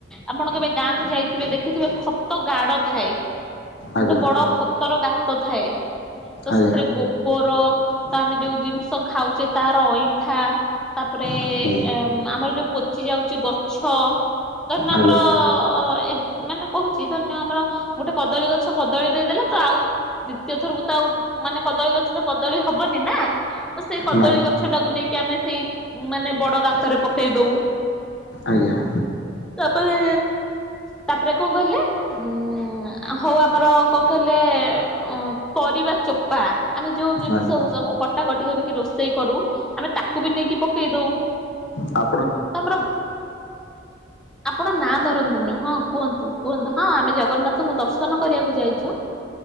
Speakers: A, in the centre; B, on the left (about 70°).
A: ଆପଣ କେବେ ଗାଁକୁ ଯାଇଥିବେ ଦେଖିଥିବେ ଖତ ତ ଗାଡ ଥାଏ
B: ଆଜ୍ଞା
A: ଗୋଟେ ବଡ ଖତର ଗାତ ଥାଏ ତ
B: ଆଜ୍ଞା
A: ସେଥିରେ ଗୋବ ଗୋଵର ତ ଆମେ ଯୋଉ ଜିନିଷ ଖାଉଛେ ତାର ଅଇଁଠା ତାପରେ
B: ଆଜ୍ଞା
A: ଆମର ଯୋଉ ପଚି ଯାଉଛି ଗଛ ଧରିନିଅ
B: ଆଜ୍ଞା
A: ଆମର ଏ ମାନେ କହୁଛି ଧରିନିଅ ଆମର ଗୋଟେ କଦଳୀ ଗଛ କଦଳୀ ଦେଇଦେଲା ତ ଆଉ ଦ୍ୱିତୀୟ ଥରକୁ ତ ଆଉ ମାନେ କଦଳୀ ଗଛ ରେ କଦଳୀ ହବନି ନା ତ ସେଇ କଦଳୀ
B: ନା
A: ଗଛଟାକୁ ନେଇକି ଆମେ ସେଇ ମାନେ ବଡ ଗାତ ତରେ ପକେଇ ଦଉ।
B: ଆଜ୍ଞା।
A: ତା ପରେ ତାପରେ କଣ କହିଲେ? ଉଁ ହଉ ଆମର କଣ କହିଲେ ଅ ପରିବା ଚୋପା ଆମେ ଯୋଉ ଜିନିଷ
B: ଆଜ୍ଞା
A: କୁ ସବୁ କଟାକଟି କରିକି ରୋଷେଇ କରୁ। ଆମେ ତାକୁ ବି ନେଇକି ପକେଇ ଦଉ।
B: ଆ
A: ତମର। ଆପଣ ନାଁ ଧରନ୍ତୁନି ହଁ କୁହନ୍ତୁ କୁହନ୍ତୁ ହଁ ଆମେ ଜଗନ୍ନାଥଙ୍କୁ ଦର୍ଶନ କରିବାକୁ ଯାଇଛୁ।